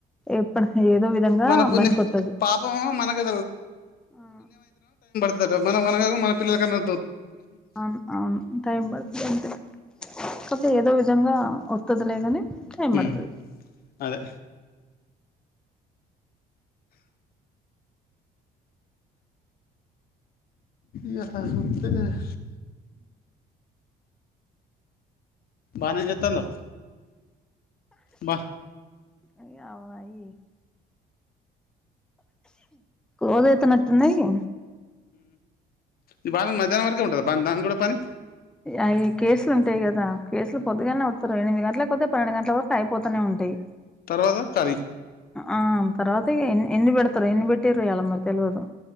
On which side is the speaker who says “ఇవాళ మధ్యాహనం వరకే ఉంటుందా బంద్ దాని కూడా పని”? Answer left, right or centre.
Left